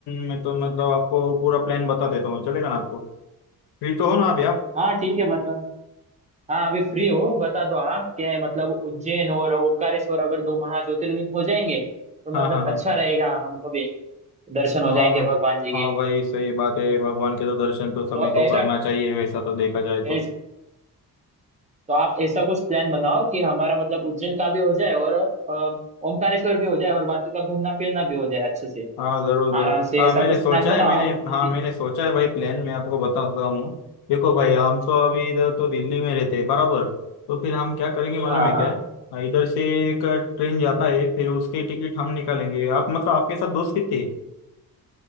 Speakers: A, on the left; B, on the right.
A: में तो मतलब आपको पूरा प्लान बता देता हूँ चलेगा ना आपको फ्री तो हो ना अभी आप
B: हाँ ठीक है बता हाँ अभी फ्री हो बता दो आप क्या है मतलब उज्जैन और ओमकारेश्वर अगर दो महाज्योतिर्लिंग हो जाएंगे तो
A: हाँ
B: मतलब
A: हाँ हाँ
B: अच्छा रहेगा हमको भी दर्शन हो
A: हाँ
B: जाएंगे
A: हाँ
B: भगवान जी के
A: हाँ भाई सही बात है भगवान के तो दर्शन तो सभी
B: तो
A: को
B: ऐसा
A: करना चाहिए वैसा तो देखा जाए तो
B: ऐस, तो आप ऐसा कुछ प्लान बनाओ कि हमारा मतलब उज्जैन का भी हो जाए और अ, ओमकारेश्वर भी हो जाए और बाकी का घूमना फिरना भी हो जाए अच्छे से
A: हाँ जरूर जरूर
B: आराम से
A: हाँ
B: ऐसा
A: मैंने
B: कुछ
A: सोचा
B: प्लान बनाओ
A: है मैंने
B: आप
A: हाँ
B: ठीक-
A: मैंने सोचा है भाई प्लान मैं आपको बताता हूँ देखो भाई हम तो अभी इधर तो दिल्ली में रहते हैं बराबर तो फिर हम क्या करेंगे मालूम
B: हाँ
A: है
B: हाँ
A: क्या हाँ, इधर से एक ट्रेन जाता है फिर उसकी टिकट हम निकालेंगे आप मतलब आपके साथ दोस्त कितने हैं?